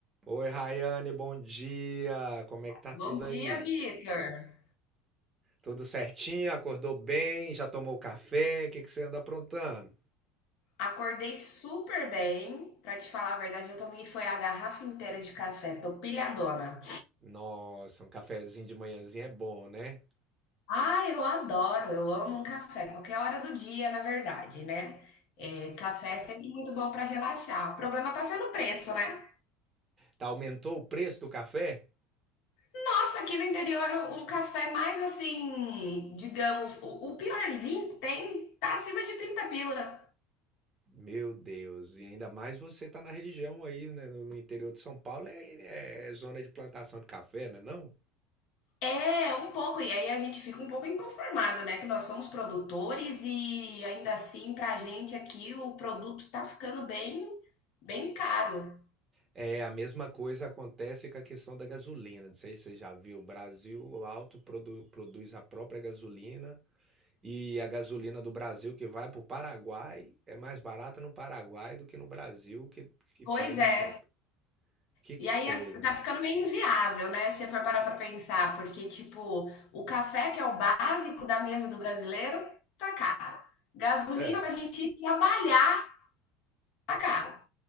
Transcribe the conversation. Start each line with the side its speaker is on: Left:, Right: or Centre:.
Right: Oi, Rayane, bom dia. Como é que tá
Left: Bom
Right: tudo
Left: dia,
Right: aí?
Left: Vitor.
Right: Tudo certinho? Acordou bem? Já tomou café? O que que você anda aprontando?
Left: Acordei super bem. Pra te falar a verdade, eu tomei foi a garrafa inteira de café. Tô pilhadona.
Right: Nossa, um cafezinho de manhãzinha é bom, né?
Left: Ah, eu adoro, eu amo um café, qualquer hora do dia, na verdade, né? É, café é sempre muito bom pra relaxar. O problema tá sendo o preço, né?
Right: Tá, aumentou o preço do café?
Left: Nossa, aqui no interior, um café mais assim, digamos, o, o piorzinho que tem, tá acima de 30 pila.
Right: Meu Deus, e ainda mais você tá na região aí, né? No, no interior de São Paulo é, é zona de plantação de café, né? Não?
Left: É, um pouco, e aí a gente fica um pouco inconformado, né? Que nós somos produtores e ainda assim, pra gente aqui, o produto tá ficando bem, bem caro.
Right: É, a mesma coisa acontece com a questão da gasolina. Não sei se você já viu, o Brasil alto produ- produz a própria gasolina E a gasolina do Brasil que vai para o Paraguai é mais barata no Paraguai do que no Brasil que, que
Left: Pois
Right: faz
Left: é.
Right: a própria. Que
Left: E aí
Right: coisa.
Left: a- tá ficando meio inviável, né? Se você for parar pra pensar, porque, tipo, o café, que é o básico da mesa do brasileiro, tá caro. Gasolina
Right: É.
Left: pra gente ir trabalhar, tá caro.